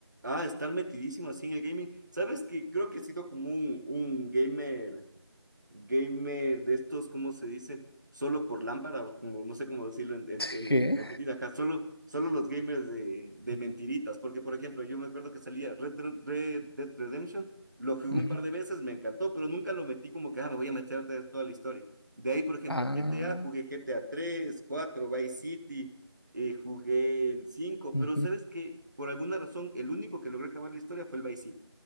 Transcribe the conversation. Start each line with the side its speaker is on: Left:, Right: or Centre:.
Right: Ah, estar metidísimo así en el gaming. Sabes que creo que he sido como un, un gamer gamer de estos, ¿cómo se dice? Solo por lámpara, o como no sé cómo decirlo en, en,
Left: <laughs>
Right: en
Left: ¿Qué?
Right: Argentina, ajá, solo, solo los gamers de, de mentiritas, porque por ejemplo, yo me acuerdo que salía Red, Dead- Red Dead Redemption, lo jugué un
Left: Ujú.
Right: par de veces, me encantó, pero nunca lo metí como que, ah, me voy a meter a ver toda la historia. De ahí, por ejemplo,
Left: Ah,
Right: GTA, jugué GTA 3, 4, Vice City, eh, jugué el cinco,
Left: ujú.
Right: pero sabes que por alguna razón el único que logró acabar la historia fue el Vice City.